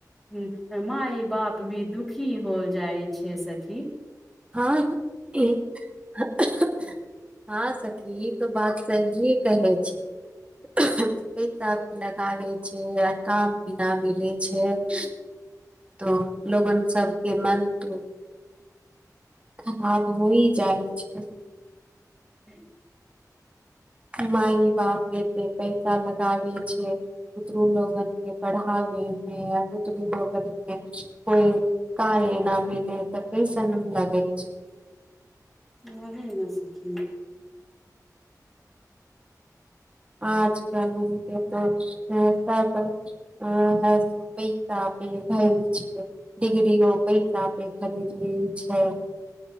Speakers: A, in the centre; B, on the right (about 20°).
A: हूँ माय बाप भी दुखी होअ जाइत छैक सखी
B: <unintelligible> हां सखी ई त बात सहीये कहैत छैक पैसा लगाबैत छैक आ काम भी ना मिलैत छैक तऽ लोगन सबकेँ मन तो खराब होइत जाइत छैक
A: हंअ् <unintelligible>
B: माइ बाप एते पैसा लगाबे छे बुतरू लोगन के पढ़ाबे में आ बुतरू ओकरि के कोइ कार्य न मिलेह तऽ कैसन लगै छैय।
A: ओही ना सखी।
B: आज क मिलके तो सब <unintelligible> भइल छैय डीगरीओ पैसा पे खरीद लेइ छैय।